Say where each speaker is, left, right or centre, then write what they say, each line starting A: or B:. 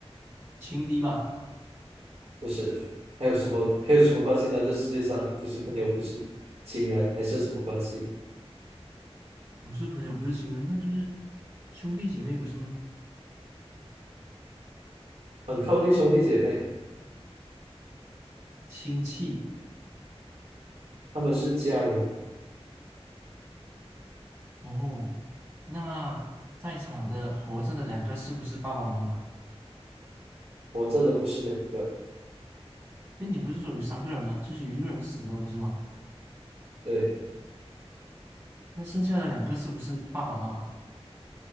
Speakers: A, on the right; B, on the right.
A: 情敌吧。
B: 不是，还有什么还有什么关系呢？这世界上不是朋友，不是情人，还是什么关系？
A: 不是朋友，不是情人，那就是兄弟姐妹，不是吗？
B: 很靠近兄弟姐妹，
A: 亲戚
B: 他们是家人，
A: 哦。那在场的活着的两个是不是爸爸妈妈？
B: 活着的不是两个。
A: 哎，你不是说有三个人吗？就是有一个人死了，不是吗？
B: 对。
A: 那剩下的两个是不是爸爸妈妈？